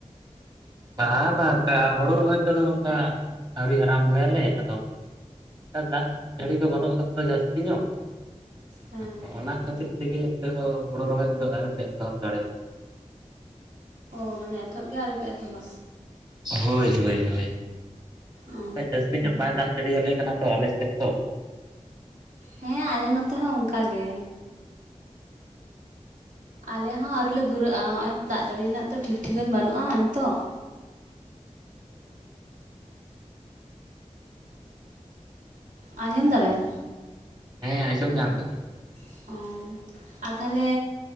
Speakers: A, on the right (about 35°); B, on the right (about 80°).
A: ᱵᱟᱝ ᱵᱟᱝ ᱚᱱᱠᱟ ᱦᱩᱲᱩ ᱨᱚᱦᱚᱭ ᱠᱚᱫᱚ ᱚᱱᱠᱟ ᱟᱹᱣᱨᱤ ᱟᱨᱟᱢ ᱵᱚᱭ ᱟᱞᱮ ᱟᱫᱚ ᱫᱟᱜ ᱡᱟᱹᱲᱤ ᱠᱚ ᱵᱟᱹᱱᱩᱜ ᱠᱟᱫᱟ ᱛᱚ ᱡᱟᱹᱥᱛᱤ ᱧᱚᱜ
B: ᱦᱮᱸ
A: <unintelligible> ᱚᱱᱟ ᱠᱷᱟᱹᱛᱤᱨ ᱛᱮᱜᱮ ᱱᱤᱛᱟᱹ ᱦᱚᱸ ᱦᱳᱲᱳ ᱨᱚᱦᱚᱭ ᱠᱚᱫᱚ ᱟᱨᱣᱨᱤᱯᱮ ᱮᱛᱚᱦᱚᱵ ᱫᱟᱲᱮᱭᱟᱜᱼᱟ
B: ᱚ ᱢᱟᱱᱮ ᱮᱛᱚ ᱦᱚᱵ ᱜᱮ ᱟᱣᱨᱤ ᱯᱮ ᱮᱛᱚᱵᱟ
A: ᱦᱳᱭ ᱦᱳᱭ ᱦᱳᱭ
B: ᱚ
A: ᱡᱟᱹᱥᱛᱤ ᱧᱚᱜ ᱵᱟᱭ ᱫᱟᱜ ᱡᱟᱹᱲᱤ ᱟᱞᱮ ᱠᱟᱱᱟ ᱛᱚ ᱟᱞᱮ ᱥᱮᱫ ᱫᱚ
B: ᱦᱮᱸ ᱟᱞᱮ ᱱᱚᱛᱮ ᱦᱚᱸ ᱚᱱᱠᱟ ᱜᱮ ᱟᱞᱮ ᱦᱚᱸ ᱟᱹᱣᱨᱤ ᱞᱮ ᱫᱷᱩᱨᱟᱹᱜᱼᱟ ᱱᱚᱜᱼᱚᱭ ᱫᱟᱜ ᱡᱟᱹᱲᱤ ᱨᱮᱱᱟᱜ ᱛᱚ ᱴᱷᱤᱠ ᱴᱷᱤᱠᱟᱹᱱ ᱵᱟᱹᱱᱩᱜᱼᱟ ᱱᱤᱛᱚᱜ
A: ᱚ ᱟᱪᱪᱷᱟ ᱟᱪᱪᱷᱟ
B: ᱟᱸᱡᱚᱢ ᱮᱫᱟᱵᱮᱱ
A: ᱟᱫᱚ ᱦᱮᱸ ᱟᱸᱡᱚᱢ ᱧᱟᱢᱭᱮᱫᱟ ᱞᱤᱧ
B: ᱚᱻ ᱟᱨ ᱛᱟᱦᱚᱞᱮ